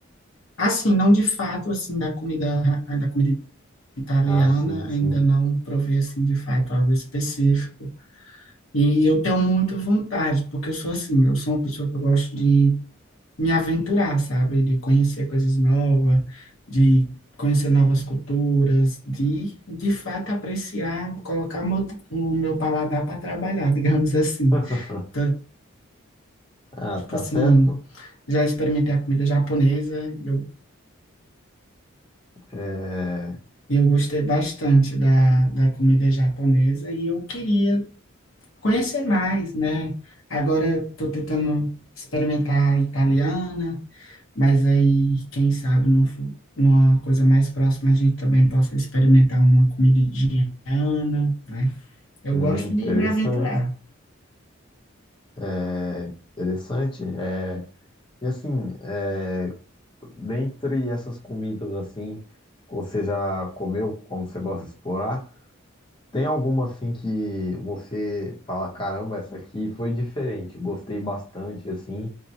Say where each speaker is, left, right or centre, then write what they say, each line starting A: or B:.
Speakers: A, on the left (about 75°); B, on the left (about 25°).
A: Assim, não de fato, assim, da comida, da comida italiana,
B: Ah, sim,
A: ainda
B: sim.
A: não provei, assim, de fato, algo específico. E eu tenho muito vontade, porque eu sou assim, eu sou uma pessoa que eu gosto de me aventurar, sabe? De conhecer coisas novas, de conhecer novas culturas, de de fato apreciar, colocar o meu, o meu paladar para trabalhar, <laughs> digamos assim.
B: <laughs>
A: Então,
B: Ah,
A: tipo
B: tá
A: assim,
B: certo.
A: já experimentei a comida japonesa, e eu,
B: É,
A: e eu gostei bastante da, da comida japonesa e eu queria conhecer mais, né? Agora estou tentando experimentar a italiana. Mas aí, quem sabe, num fu- numa coisa mais próxima, a gente também possa experimentar uma comidinha, indiana, né? Eu
B: hum,
A: gosto
B: interessante.
A: de me aventurar.
B: É, interessante. É, E assim, é, dentre essas comidas assim, que você já comeu, como você gosta de explorar, tem alguma assim que você fala, caramba, essa aqui foi diferente, gostei bastante assim,